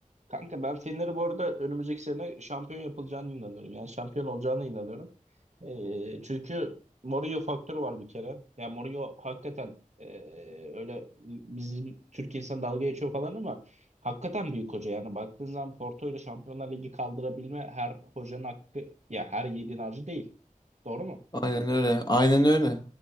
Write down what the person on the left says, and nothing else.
Aynen öyle. Aynen öyle.